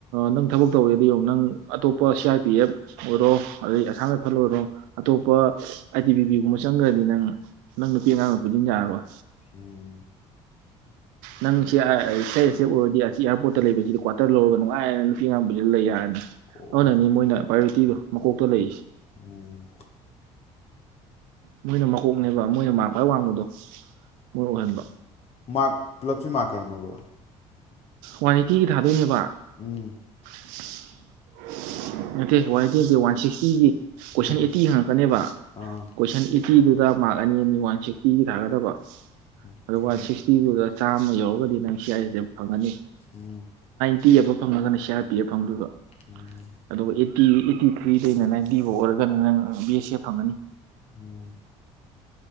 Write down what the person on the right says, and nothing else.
ꯅꯪ ꯊꯕꯛ ꯇꯧꯔꯦꯗꯤ ꯌꯦꯡꯉꯨ ꯅꯪ ꯑꯇꯣꯞꯄ ꯁꯤ ꯑꯥꯔ ꯄꯤ ꯑꯦꯐ ꯑꯣꯏꯔꯣ ꯑꯗꯩ ꯑꯁꯥꯝ ꯔꯥꯏꯐꯜ ꯑꯣꯏꯔꯣ ꯑꯇꯣꯞꯄ ꯑꯥꯏ ꯇꯤ ꯄꯤ ꯄꯤ ꯒꯨꯝꯕ ꯆꯪꯈ꯭ꯔꯗꯤ ꯅꯪ ꯅꯪ ꯅꯨꯄꯤ ꯑꯉꯥꯡ ꯄꯨꯖꯤꯟ ꯌꯥꯥꯔꯔꯣꯏ
ꯅꯪ C I C I S F ꯑꯣꯏꯔꯗꯤ ꯑꯁꯤ ꯏꯌꯥꯔꯄꯣꯔꯠꯇ ꯂꯩꯕꯁꯤꯗꯤ ꯀ꯭ꯋꯥꯇꯔ ꯂꯧꯔꯒ ꯅꯨꯡꯉꯥꯏꯅ ꯅꯨꯄꯤ ꯑꯉꯥꯡ ꯄꯨꯁꯤꯜꯗ ꯂꯩ ꯌꯥꯔꯅꯤ
ꯑꯗꯨꯅꯅꯤ ꯃꯣꯏꯅ ꯄ꯭ꯔꯥꯏꯌꯣꯔꯤꯇꯤꯗꯣ ꯃꯀꯣꯛꯇ ꯂꯩꯔꯤꯁꯦ
ꯃꯣꯏꯅ ꯃꯀꯣꯛꯅꯦꯕ ꯃꯣꯏꯅ ꯃꯥꯔꯛ ꯈ꯭ꯋꯥꯏ ꯋꯥꯡꯕ ꯗꯣ ꯃꫭꯏ ꯑꯣꯏꯍꯟꯕ
ꯋꯥꯟ ꯑꯩꯇꯤꯒꯤ ꯊꯥꯗꯣꯏꯅꯦꯕ
ꯏꯝ ꯅꯠꯇꯦ ꯋꯥꯟ ꯑꯩꯇꯤꯒꯤ ꯅꯠꯇꯦ ꯋꯥꯟ ꯁꯤꯛꯁꯇꯤꯒꯤ ꯀꯣꯏꯁꯟ
ꯑꯦꯠꯇꯤ ꯍꯪꯉꯛꯀꯅꯦꯕ
ꯀꯣꯏꯁꯟ ꯑꯦ ꯇꯤꯗꯨꯗ ꯃꯥꯔꯛ ꯑꯅꯤ ꯑꯅꯤ ꯋꯥꯟ ꯁꯤꯛꯁꯇꯤꯒꯤ ꯊꯥꯒꯗꯕ
ꯑꯗ ꯋꯥꯟ ꯁꯤꯁꯇꯤꯗꯨꯗ ꯆꯥꯝꯃ ꯌꯧꯔꯒꯗꯤ ꯅꯪ ꯁꯤ ꯑꯥꯏ ꯑꯦꯁ ꯑꯦꯐ ꯐꯪꯉꯅꯤ
ꯇꯤ ꯑꯕꯕ ꯐꯪꯉꯒꯅ ꯅꯪ ꯁꯤ ꯑꯥꯔ ꯄꯤ ꯑꯦꯐ ꯐꯪꯗꯣꯏꯕ
ꯑꯗꯨꯒ ꯑꯩꯠꯇꯤ ꯑꯩꯠꯇꯤ ꯊ꯭ꯔꯤꯗꯩꯅ ꯅꯥꯏꯟꯇꯤ ꯐꯥꯎ ꯑꯣꯏꯔꯒꯅ ꯅꯪ ꯕꯤ ꯑꯦꯁ ꯑꯦꯐ ꯐꯪꯒꯅꯤ